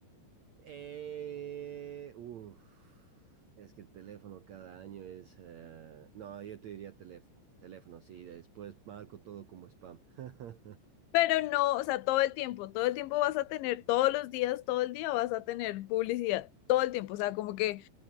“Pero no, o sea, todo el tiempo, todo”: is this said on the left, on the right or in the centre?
Left